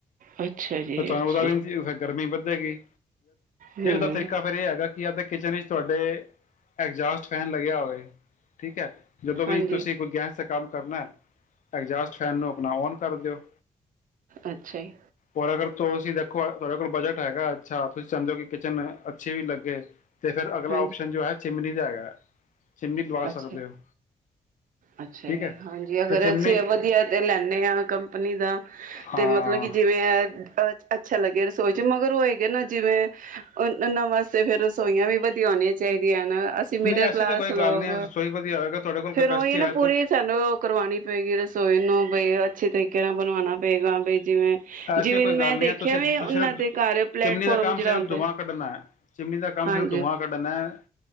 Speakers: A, on the right; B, on the left.
A: ਅੱਛਾ ਜੀ
B: ਪਚਾਤਾ
A: ਅੱਛਾ
B: ਵੀ
A: ਜੀ
B: ਦੀ ਗਰਮੀ ਵ ਗੀ
A: ਹੂੰ
B: ਉਹਦਾ ਤਰੀਕਾ ਫੇਰ ਇਹ ਹੈਗਾ ਕਿ ਕਿਚਨ ਵਿੱਚ ਤੁਹਾਡੇ ਐਗਜਾਸਟ ਫੈਨ ਲੱਗਿਆ ਹੋਵੇ ਠੀਕ ਹੈ। ਜਦੋਂ ਵੀ
A: ਹਾਂਜੀ
B: ਤੁਸੀਂ ਕੋਈ ਗੈਸ ਕੰਮ ਕਰਨਾ ਐਗਜਾਸਟ ਫੈਨ ਨੂੰ ਆਪਣਾ ਔਨ ਕਰ ਦਿਓ।
A: ਅੱਛਾ ਜੀ,
B: ਹੋਰ ਅਗਰ ਤੁਸੀਂ ਦੇਖੋ ਤੁਹਾਡੇ ਕੋਲ ਬਜਟ ਹੈਗਾ ਅੱਛਾ ਤੁਸੀਂ ਸਮਝੋ ਕਿ ਕਿਚਨ ਅੱਛੇ ਵੀ ਲੱਗੇ। ਤੇ ਫਿਰ ਅਗਲਾ
A: ਹਾਂਜੀ
B: ਓਪਸ਼ਨ ਜੋ ਹੈ। ਚਿਮਨੀ ਦਾ ਹੈਗਾ। ਚਿਮਨੀ ਲਵਾ
A: ਅੱਛਾ
B: ਸਕਦੇ ਹੋ
A: ਅੱਛਾ
B: ਠੀਕ ਹੈ
A: ਹਾਂਜੀ ਅਗਰ
B: ਤੇ ਚਿਮਨੀ
A: ਅਸੀ ਵਧੀਆ ਤੇ ਲੈਦੇ ਆ ਕੰਪਨੀ ਦਾ
B: ਹਾਂ
A: ਤੇ ਮਤਲਬ ਕੀ ਜਿਵੇਂ ਆ ਅੱਛਾ ਲੱਗਿਆ ਰਸੋਈ ਚ ਮਗਰ ਹੋਏਗੇ ਨਾ ਜਿਵੇਂ ਇਹਨਾ ਵਾਸਤੇ ਫੇਰ ਰਸੋਈਆਂ ਵੀ ਵੱਡੀਆਂ ਹੋਣੀਆ ਚਾਹੀਦੀ ਆ ਨਾ <inaudible> ਅਸੀਂ ਮਿਡਲ
B: ਨਹੀਂ ਐਸੀ
A: ਕਲਾਸ
B: ਤਾਂ ਕੋਈ ਗੱਲ
A: ਲੋਕ
B: ਨਹੀਂ ਹੈ, ਰਸੋਈ ਵਧੀਆ ਹੋਏਗਾ ਤੁਹਾਡੇ ਕੋਲ
A: ਫੇਰ
B: ਕਪੈਸਿਟੀ
A: ਉਹੀ ਹੈ ਨਾ ਪੂਰੀ
B: ਤਾਂ
A: ਸਾਨੂੰ ਕਰਵਾਉਣੀ ਪਏਗੀ ਰਸੋਈ ਨੂੰ ਅੱਛੇ ਤਰੀਕੇ ਨਾਲ ਬਣਵਾਉਣਾ ਪਏਗਾ ਜਿਵੇਂ
B: ਐਸੀ
A: ਜਿਵੇਂ
B: ਕੋਈ
A: ਮੈਂ
B: ਗੱਲ
A: ਦੇਖਿਆ
B: ਨਹੀਂ ਹੈ ਤੁਸੀਂ
A: ਵੀ ਉਹਨਾਂ
B: ਸਿਰਫ
A: ਦੇ ਘਰ ਪਲੇੈਟਫਾਰਮ
B: ਚਿਮਨੀ ਦਾ ਕੰਮ
A: ਜਿਹੜਾ
B: ਸਿਰਫ
A: ਹੁੰਦਾ
B: ਧੂੰਆਂ ਕੱਢਣਾ ਹੈ ਚਿਮਨੀ ਦਾ ਕੰਮ
A: ਹਾਂਜੀ
B: ਸਿਰਫ ਧੂੰਆਂ ਕੱਢਣਾ ਹੈ